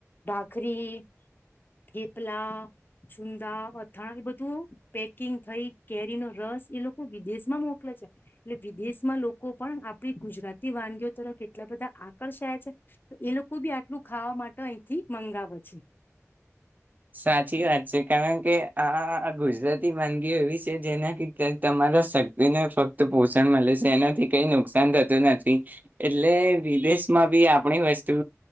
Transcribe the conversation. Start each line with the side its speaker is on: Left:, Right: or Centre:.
Left: ભાખરી થેપલા ચુંદા અથાણા એ બધું પેકિંગ થઈ કેરીનોો રસ એ લોકો વિદેશમાં મોકલે છે એટલે વિદેશમાં લોકો પણ આપડી ગુજરાતી વાનગીઓ તરફ એટલા બધા આકર્ષયા છે એ લોકો બી આટલું ખાવા માટે અહીથી મંગાવે છે
Right: સાચી વાત છે કારણ કે આ ગુજરાતી વાનગીઓ એવી છે જેનાથી તમારા શક્તિને ફક્ત પોષણ મળે છે એનાથી કઈ નુકસાન થતું નથી એટલે વિદેશમાં બી આપણી વસ્તુ